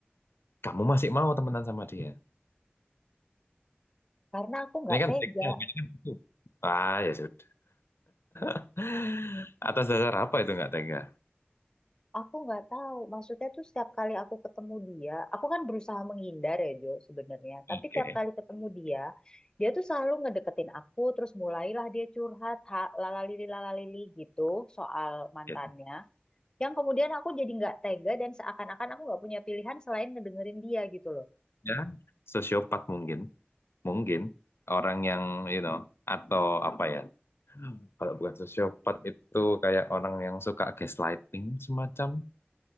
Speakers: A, on the left; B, on the left.
A: kamu masih mau temenan sama dia
B: Karena aku nggak
A: ini kan
B: tega
A: triknya habis kan itu ah ya sudah <laughs> atas dasar apa itu nggak tega
B: Aku nggak tahu, maksudnya tuh setiap kali aku ketemu dia, aku kan berusaha menghindar ya Jo sebenarnya. Tapi
A: oke
B: tiap kali ketemu dia, dia tuh selalu ngedeketin aku, terus mulailah dia curhat, ha, lalalili lalalili gitu soal mantannya.
A: ya
B: Yang kemudian aku jadi nggak tega dan seakan-akan aku nggak punya pilihan selain ngedengerin dia gitu loh.
A: ya, sosiopat mungkin mungkin orang yang you know atau apa ya kalau bukan sosiopat itu kayak orang yang suka gaslighting semacam